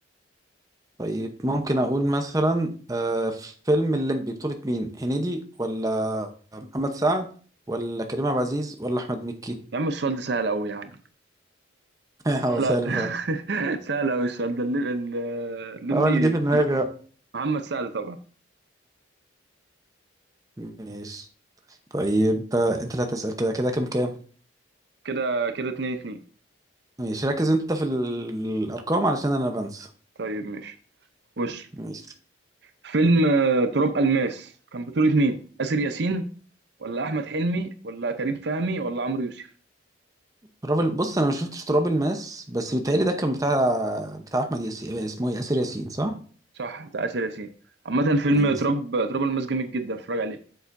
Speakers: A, on the right; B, on the right.
A: طيب ممكن اقول مثلا آه، فيلم الليمبي بطولة مين هنيدي ولا محمد سعد ولا كريم عبد العزيز ولا احمد مكي
B: يا عم السؤال ده سهل قوي يا عم
A: <laughs>
B: سهل
A: هو سهل
B: <laughs>
A: فعلا
B: سهل قوي السؤال ده اللي- ال- الليمبي
A: هو اللي جه في دماغي بقى
B: محمد سعد طبعا
A: ماشي طيب آه، انت اللي هتسأل كده كده كام كام
B: كده كده 2 2
A: ماشي ركز انت في ال- الارقام علشان انا بنسى
B: طيب ماشي بص
A: ماشي
B: فيلم آه، تراب الماس كان بطولة مين؟ آسر ياسين ولا احمد حلمي ولا كريم فهمي ولا عمرو يوسف
A: تراب ال- بص انا ما شفتش تراب الماس بس بيتهيألي ده كان بتاع بتاع احمد ياسين اسمه إيه؟ ياسر ياسين صح
B: صح بتاع آسر ياسين عامة فيلم
A: ماشي.
B: تراب تراب الماس جامد جدا اتفرج عليه